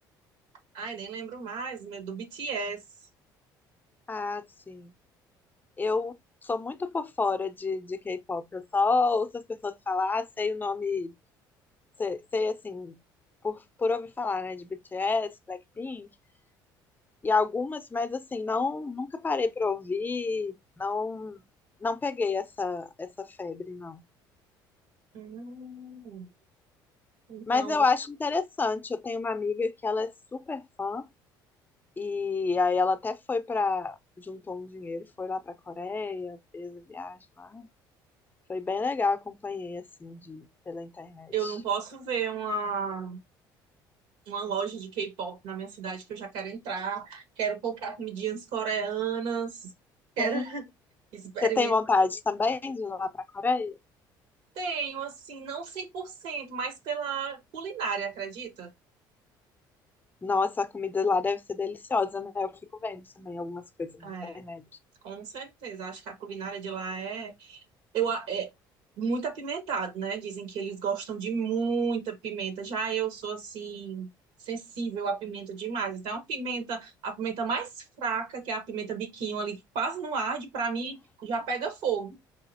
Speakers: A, on the right; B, on the left.
A: Ai, nem lembro mais, mas do BTS.
B: Ah, sim. Eu sou muito por fora de, de K-pop. Eu só ouço as pessoas falar, sei o nome, sei, sei, assim, por, por ouvir falar, né? De BTS, Blackpink. E algumas, mas assim, não, nunca parei para ouvir, não, não peguei essa, essa febre, não.
A: Hum, Então,
B: Mas eu acho interessante. Eu tenho uma amiga que ela é super fã e aí ela até foi para juntou um dinheiro, foi lá para Coreia, fez a viagem lá. Foi bem legal, acompanhei assim de pela internet.
A: eu não posso ver uma. uma loja de K-pop na minha cidade que eu já quero entrar, quero comprar comidinhas coreanas, quero
B: Ah,
A: <laughs> experimentar.
B: Você tem vontade também de ir lá para Coreia?
A: Tenho, assim, não 100%, mas pela culinária, acredita?
B: Nossa, a comida lá deve ser deliciosa, né? Eu fico vendo também algumas coisas na
A: É,
B: internet.
A: com certeza. Acho que a culinária de lá é, eu, a- é muito apimentado, né? Dizem que eles gostam de muita pimenta. Já eu sou, assim, sensível à pimenta demais. Então, a pimenta, a pimenta mais fraca, que é a pimenta biquinho ali, que quase não arde, para mim já pega fogo.